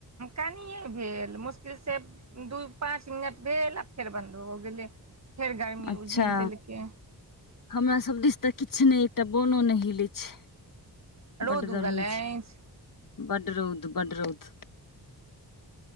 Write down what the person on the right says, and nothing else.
कनिे भेल मुश्किल से दू पाच मिनट भेल आ फेर बन्द भ गेलै फेर गर्मी
उझिल देलकै
रौद
उगल अछि